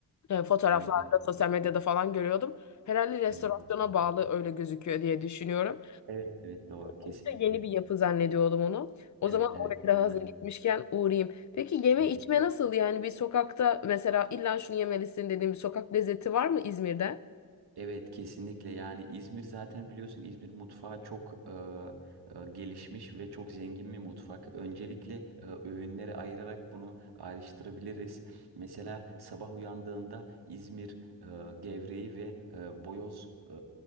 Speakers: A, on the left (about 50°); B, on the right (about 80°).
A: e, fotoğraflarda,
B: Evet evet.
A: sosyal medyada falan görüyordum. Herhalde restorasyona
B: Evet kesinlikle.
A: bağlı öyle gözüküyor diye düşünüyorum.
B: Evet evet doğru kesinlikle.
A: Oldukça yeni bir yapı zannediyordum onu. O
B: Evet
A: zaman
B: evet
A: oraya
B: ben
A: da hazır
B: de aynı-
A: gitmişken uğrayayım. Peki yeme
B: evet,
A: içme nasıl? Yani bir sokakta mesela illa şunu yemelisin dediğim bir sokak lezzeti var mı İzmir'de?
B: evet kesinlikle yani İzmir zaten biliyorsun İzmir mutfağı çok e, e, gelişmiş ve çok zengin bir mutfak. Öncelikle e, öğünleri ayırarak bunu ayrıştırabiliriz. Mesela sabah uyandığında İzmir e, gevreği ve e, boyoz e,